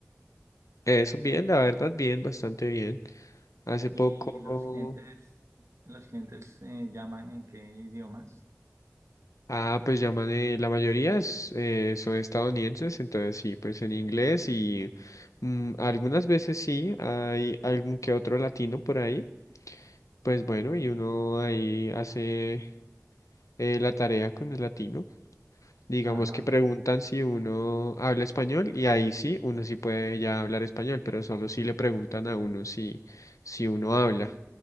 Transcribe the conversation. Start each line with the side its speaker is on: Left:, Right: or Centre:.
Left: Eso bien, la verdad, bien, bastante bien. Hace
Right: ¿Y
Left: poco,
Right: los clientes, los clientes eh, llaman en qué idiomas?
Left: ah, pues llaman, eh, la mayoría es, eh, son estadounidenses, entonces sí, pues en inglés y mm, algunas veces sí, hay algún que otro latino por ahí, pues bueno, y uno ahí hace eh, la tarea con el latino. Digamos
Right: Ajá,
Left: que preguntan si uno habla español y ahí sí, uno sí puede ya hablar español, pero solo si le preguntan a uno si, si uno habla.